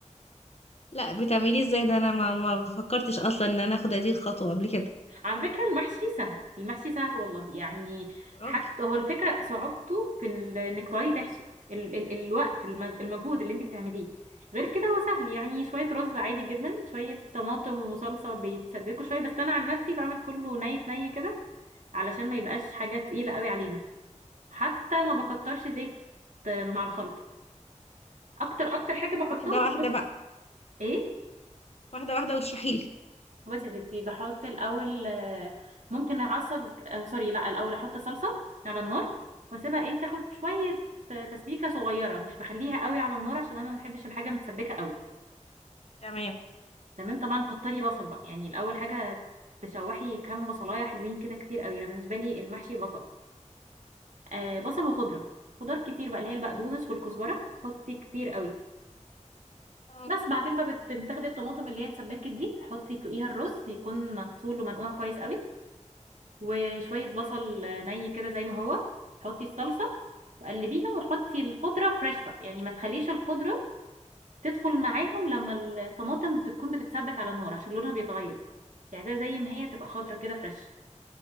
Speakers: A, on the left; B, on the right.
A: لا بتعمليه ازاي ده انا ما ما فكرتش اصلا ان انا اخد هذه الخطوه قبل كده
B: على فكره المحشي سهل المحشي سهل والله يعني
A: راجل
B: حاجته هو الفكره صعوبته في ال- انك تقعدي تحشي ال ال الوقت الم- المجهود اللي انت بتعمليه غير كده هو سهل يعني شويه رز عادي جدا شويه طماطم وصلصه بيتسبكوا شويه بس انا عن نفسي بعمل كله ني في ني كده علشان ما يبقاش حاجه تقيله قوي علينا حتى ما بكترش زيت آه، مع الخلطه اكتر اكتر حاجه بحطها
A: واحده واحده
B: بتكون
A: بقى
B: ايه
A: واحده واحده واشرحيلي
B: بصي يا ستي بحط الاول آه، ممكن اعصج آه، سوري لا الاول احط صلصه على النار واسيبها ايه تاخد شويه آه، تسبيكه صغيره مش بخليها قوي على النار عشان انا ما بحبش الحاجه متسبكه قوي
A: تمام
B: تمام طبعا كتري بصل بقى يعني الاول حاجه تشوحي كام بصلايه حلوين كده كتير قوي انا بالنسبه لي المحشي بصل آه بصل وخضره خضار كتير بقى اللي هي البقدونس والكزبره حطي كتير قوي
A: مم.
B: بس بعدين بقى بت- بتاخدي الطماطم اللي هي اتسبكت دي حطي فوقيها الرز يكون مغسول ومنقوع كويس قوي وشوية بصل ني كده زي ما هو حطي الصلصة وقلبيهم وحطي الخضرة فريش بقى يعني ما تخليش الخضرة تدخل معاهم لما الطماطم بتكون بتتسبك على النار عشان لونها بيتغير يعني زي زي ما هي تبقى خضرة كده فريش